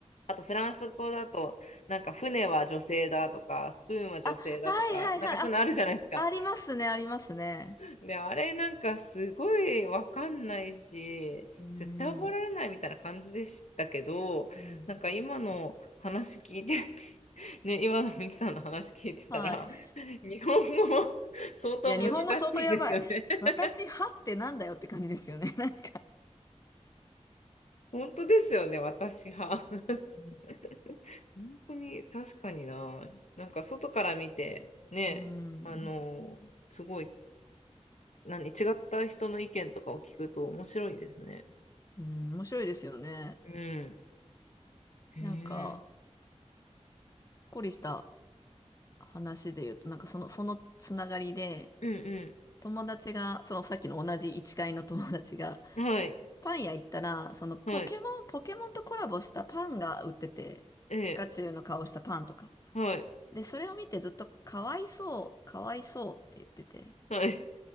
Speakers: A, on the left (about 70°); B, on the left (about 30°).
A: あと、フランス語だと、なんか、船は女性だとか、スプーンは女性だとか、
B: あ、はいはいはい。
A: なんか、そういうのあるじゃないですか。
B: あ、ありますね、ありますね。
A: で、あれなんかすごいわかんないし、
B: うーん。
A: 絶対覚えられないみたいな感じでしたけど、
B: うん。
A: なんか今の話聞いて、<laughs> ね、今のミキさんの話聞いてたら、
B: はい。
A: <laughs> 日本語も相当難しいですよね。
B: いや、日本語相当やばい。
A: <laughs>
B: 私、はってなんだよって感じですよね。<laughs> なんか。
A: 本当ですよね、私は。<laughs>
B: うん。
A: 本当に確かにな。なんか外から見て、ね、
B: うん。
A: あの、すごい、何、違った人の意見とかを聞くと面白いですね。
B: ん、面白いですよね。
A: うん。へえ。
B: なんか、こりした話で言うと、なんかその、そのつながりで、
A: うん
B: 友達が、そのさっきの同じ一階の友達が、
A: うん。はい。
B: パン屋行ったら、そのポケモン、
A: はい。
B: ポケモンとコラボしたパンが売ってて、
A: ええ。
B: ピカチュウの顔したパンとか。
A: はい。
B: で、それを見てずっとかわいそう、かわいそうって言ってて。
A: はい。